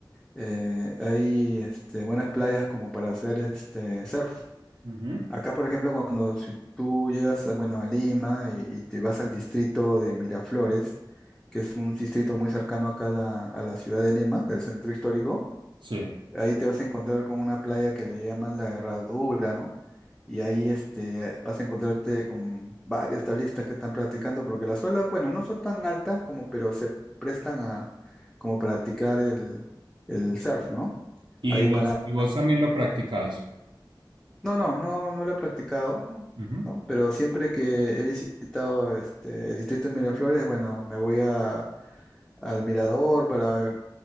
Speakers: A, in the centre; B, on the right.
A: eh, hay este, buenas playas como para hacer este, surf.
B: Ujú.
A: Acá, por ejemplo, cuando si tú llegas a, bueno, a Lima y, y te vas al distrito de Miraflores, que es un distrito muy cercano acá a la, a la ciudad de Lima, del centro histórico,
B: Sí.
A: ahí te vas a encontrar con una playa que le llaman la Herradura, ¿no? Y ahí este, vas a encontrarte con varios tablistas que están practicando, porque las olas, bueno, no son tan altas como, pero se prestan a como practicar el, el surf, ¿no?
B: Y
A: Ahí
B: vos,
A: paran
B: y vos también lo practicás.
A: no, no, no, no lo he practicado,
B: Ujú.
A: ¿no? Pero siempre que he visitado este, el distrito de Miraflores, bueno, me voy a, al mirador para